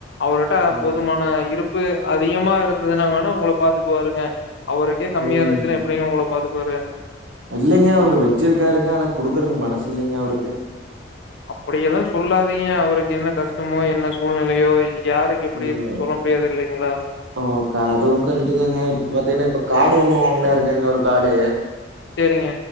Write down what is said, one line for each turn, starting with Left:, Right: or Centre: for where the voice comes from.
Left: அவருட்ட
Right: ம்.
Left: போதுமான இருப்பு அதிகமா இருந்ததுனா வேணா உங்கள பாத்துக்குவாருங்க அவருக்கே கம்மியா
Right: ம்.
Left: இருன்சுனா எப்டிங்க உங்கள பாத்துக்குவாரு
Right: இல்லைங்க அவரு வெச்சிருக்காருங்க ஆனா குடுக்குறக்கு மனசு இல்லைங்க அவருக்கு
Left: அப்டியெல்லா சொல்லாதீங்க அவருக்கு என்ன கஷ்டமோ என்ன சூழ்நிலையோ யாருக் எப்டி
Right: ம்.
Left: இருக் சொல்ல முடியாது இல்லைங்ளா
Right: ஓ க அதுவு கரெட்டு தாங்க இப்ப பாத்தீங்னா இப்ப காடு ஒண்ணு வாங்குனாருங்க இன்னொரு காடு
Left: சேரிங்க